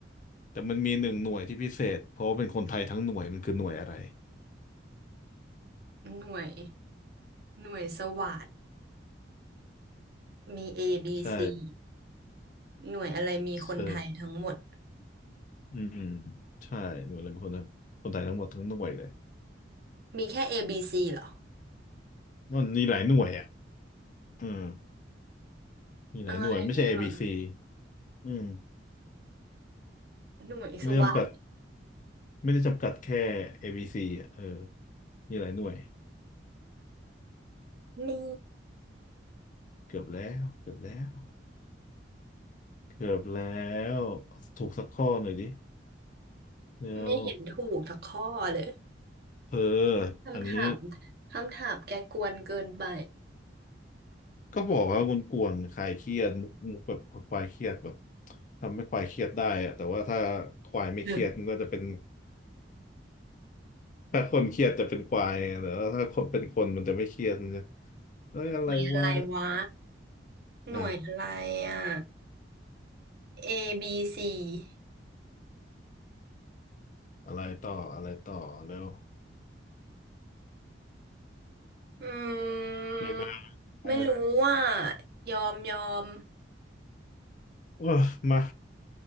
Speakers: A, on the left; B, on the right.
A: แต่มันมีหนึ่งหน่วยที่พิเศษเพราะว่าเป็นคนไทยทั้งหน่วยมันคือหน่วยอะไร
B: หน่วยหน่วยสวัสดมี A
A: ใช่
B: ซีหน่วยอะไรมีคนไทยทั้งหมด
A: ใช่ อืมใช่หน่วยรวมคนคนไทยทั้งหมดทั้งหน่วยเลย
B: มีแค่ A B C เหรอ
A: มันมีหลายหน่วยอ่ะอืมมีหลายหน่วยไม่ใช่
B: อะไรอ่ะ
A: ABC อบีซีอืม
B: หน่วยสวัสด
A: ไม่ได้จำกัดไม่ได้จำกัดแค่ ABC อบีซีอ่ะเออมีหลายหน่วย
B: นี่
A: เกือบแล้วเกือบแล้วเกือบแล้วถูกสักข้อหน่อยดิแล้ว
B: ไม่เห็นถูกสักข้อเลย
A: เออ
B: คำถาม
A: อันนี้
B: คำถามแกกวนเกินไป
A: ก็บอกว่าคุณกวนๆคลายเครียดมุกมุกแบบคลายเครียดแบบทำให้คลายเครียดได้อะแต่ว่าถ้าคลายไม่เครียดมันก็จะเป็น
B: <laughs> ห
A: ถ้าคนเครียดจะเป็นควายไงแต่ว่าถ้าคนเป็นคนมันจะไม่เครียดมันจะเอ้ยอะไรวะ
B: น่วยอะไรวะหน่วยอะไรอ่ะ
A: อ่ะ
B: A B C
A: อะไรต่ออะไรต่อเร็ว
B: อืม
A: เนี่ยนะเออ
B: ไม่รู้ว่ายอมยอม
A: ว้ามา